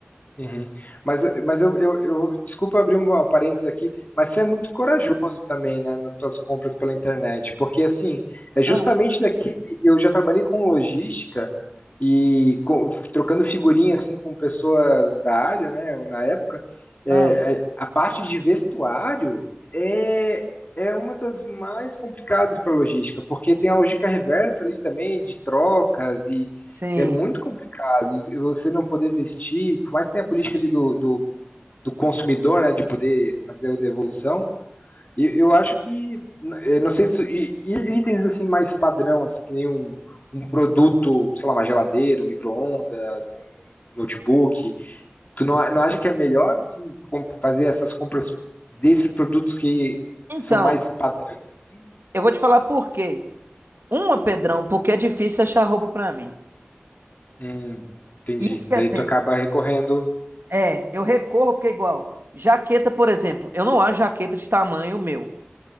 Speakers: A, on the left (about 40°); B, on the right (about 65°).
A: Uhum. Mas, mas eu, eu, eu- desculpa abrir um parênteses aqui, mas você é muito corajoso também, né, nas suas compras pela internet, porque assim, é justamente
B: Ah,
A: daqui eu já trabalhei com logística e com- trocando figurinha assim com pessoas da área, né, na época, é,
B: ah,
A: a a parte de vestuário é é uma das mais complicadas para logística, porque tem a logística reversa ali também de trocas e
B: sim.
A: é muito e você não poder vestir, por mais que tenha a política ali do, do, do consumidor, né, de poder fazer a devolução, eu, eu acho que, eu não sei, se, e- e itens assim mais padrão, assim, que nem um, um produto, sei lá, uma geladeira, um micro-ondas, um notebook, tu não, não acha que é melhor, assim, com- fazer essas compras desses produtos que
B: Então,
A: são mais padrão, assim?
B: eu vou te falar por quê. Uma, Pedrão, porque é difícil achar roupa pra mim.
A: Hum, entendi.
B: Isso que
A: Daí
B: é tenso.
A: tu acaba recorrendo.
B: É, eu recorro porque é igual. Jaqueta, por exemplo, eu não acho jaqueta de tamanho meu.